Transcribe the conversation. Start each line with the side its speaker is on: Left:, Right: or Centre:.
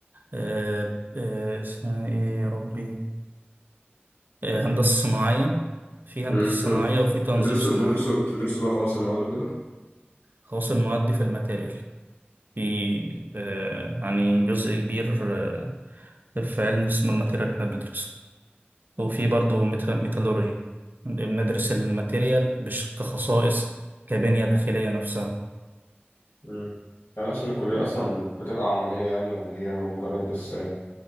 Right: آه آه اسمها ايه يا ربي آه، هندسة صناعية في هندسة
Left: امم
Right: صناعية وفي تنظيم
Left: تدرسوا
Right: صناعي
Left: تدرسوا تدرسوا بقى خواص المواد وكده
Right: خاص المواد في الماتيريال في آه، يعني جزء كبير آه، في علم اسمه الماتيريال اللي احنا بندرسه وفي برضه ميتالورجي بندرس الماتيريال مش كخصائص كبنية داخلية نفسها
Left: مم. هل أصلا الكلية
Right: يعني،
Left: أصلا بتبقى عملية يعني ولا هي مجرد بس آه،